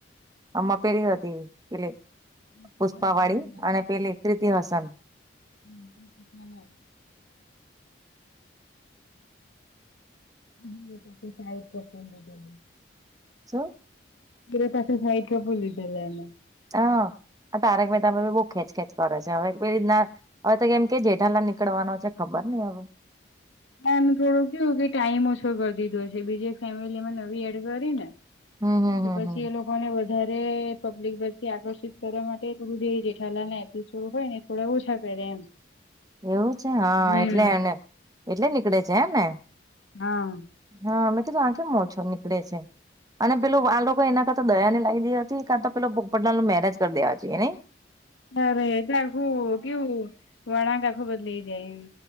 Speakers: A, on the right; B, on the left.
A: આમાં પેલી હતી પેલી
B: રક્ષાબંધન
A: પુષ્પા વાળી અને પેલી કીર્તિ હસન.
B: હમ્મ હમ્મ મને. <unintelligible>
A: શું?
B: એરે પાસે સાહિત્ય ભૂલીદે એને.
A: આ આ તારેક મહેતાએ બહુ ખેંચ ખેચ કરે છે, હવે કોઈ રીતના હવેતો કેમકે, જેઠાલાલ નીકળવાનો છે, ખબર નહીં હવે.
B: ના એનું થોડો કેવુંકે ટાઈમ ઓછો કરી દીધો છે, બીજી એક ફેમિલીમાં નવી એડ કરીને.
A: હમ હમ હમ
B: એ પછીએ
A: હમ.
B: લોક લોકોને વધારે પબ્લિક પરથી આકર્ષિત કરવા માટે જેઠાલાલને થોડું હોયને થોડા ઓછા કરે એમ.
A: એવું છે હા
B: હમ્મ
A: એટલે એટલે નીકળે છે, હેને?
B: હા.
A: હા, મેતો કેમ આ તો કેમ ઓછો નીકળે છે. અને પેલું આ લોકો એના કરતા દયાને લઈદી હતી, કાતો પેલો પોપટલાલના મેરેજ કરી દેવા જોઈએ નહીં.
B: અરે એટલે આખું કેવું વળાંક આખું બદલાય જાય, એમ.